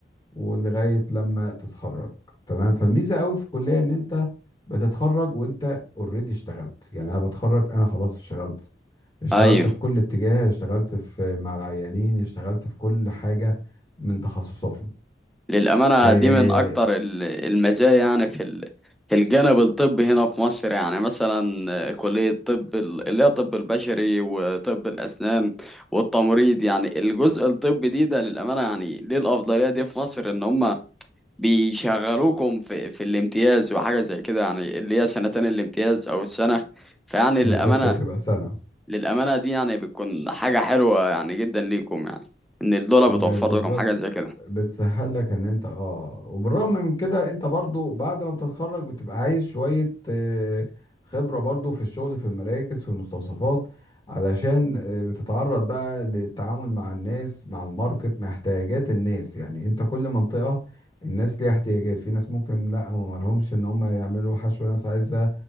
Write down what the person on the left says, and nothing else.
ولغايه لما تتخرج تمام فالميزه قوي في الكليه ان انت بتتخرج وانت اوريدي اشتغلت يعني انا بتخرج انا خلاص اشتغلت اشتغلت
في كل اتجاه اشتغلت في مع العيانين اشتغلت في كل حاجه من تخصصاتنا
إيه
بالظبط
هي بتبقى سنه
ب-
بالظبط
بتسهل لك ان انت اه وبالرغم من كده انت برضو بعد ما بتتخرج بتبقى عايز شوية آه، خبرة برضو في الشغل في المراكز في المستوصفات علشان آه، بتتعرض بقى للتعامل مع الناس مع الماركت مع احتياجات الناس يعني انت كل منطقة الناس ليها احتياجات في ناس ممكن لا ما لهمش ان هم يعملوا حشو ناس عايزة